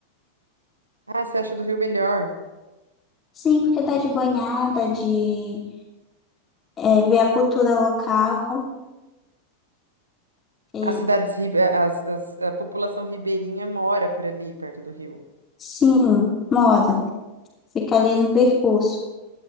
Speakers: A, on the right; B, on the left.
A: Ah, você acha do rio melhor?
B: Sim, porque dá de banhar, dá de é, ver a cultura local. E,
A: As cidades, ribe- as, as- a população ribeirinha mora por ali, perto do rio.
B: sim, moda. Fica ali no percurso.